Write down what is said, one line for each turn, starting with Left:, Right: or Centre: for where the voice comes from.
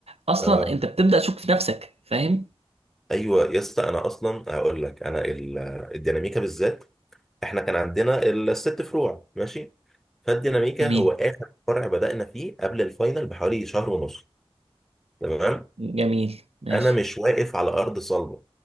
Right: اصلا
Centre: آه.
Right: انت بتبدأ تشك في نفسك فاهم
Centre: ايوه يا اسطى انا اصلا هقول لك انا ال- الديناميكا بالذات احنا كان عندنا الست فروع ماشي فالديناميكا
Right: جميل
Centre: هو اخر فرع بدأنا فيه قبل الفاينل بحوالي شهر ونص تمام
Right: جميل ماشي
Centre: انا مش واقف على ارض صلبه